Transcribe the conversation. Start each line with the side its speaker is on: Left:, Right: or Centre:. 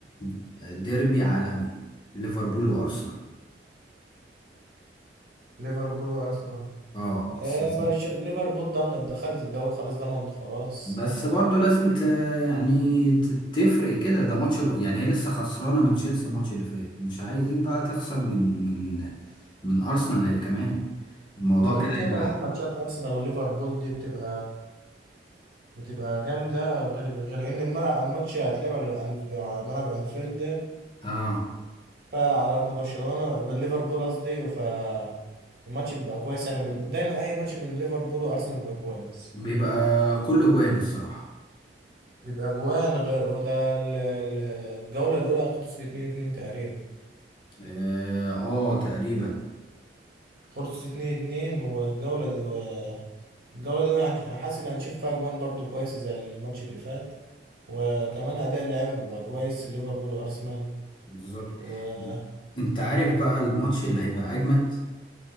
Left: <clears throat> ديربي عالمي ليفربول وارسنال
Right: ليفربول وارسنال
Left: اه
Right: ايه
Left: س-
Right: برشلونة
Left: س-
Right: ليفربول ضامنة دخلت الدوري خلاص ضمنت خلاص
Left: بس برضه لازم ت... يعني ت- تفرق كده ده ماتش ب... يعني هي لسه خسرانه من تشيلسي الماتش اللي فات مش عايزين بقى تخسر من من من ارسنال هي كمان الموضوع
Right: وغير
Left: كده
Right: كده
Left: يبقى
Right: كمان ماتشات ارسنال وليفربول دي بتبقى بتبقى جامدة غير غير ان الملعب الماتش هيتلعب على الأنف- على ملعب انفيلد
Left: اه
Right: فعلى ارض برشلونه بالليفربول قصدي ف الماتش بيبقى كويس يعني بال- دايما اي ماتش بين ليفربول وارسنال بيبقى كويس
Left: بيبقى كله جوان الصراحه
Right: بيبقى اجوان غير وده ال- ال- الجوله الاولى خلصت 2 2 تقريبا
Left: اه, آه تقريبا
Right: خلصت 2 2 والجوله دي و... الجوله دي انا هنش- أنا حاسس ان هنشوف فيها اجوان برضو كويسه زي الماتش اللي فات وكمان اداء اللعيبه بيبقى كويس ليفربول وارسنال
Left: بالظبط
Right: وماتش
Left: انت عارف بقى الماتش اللي هيبقى اجمد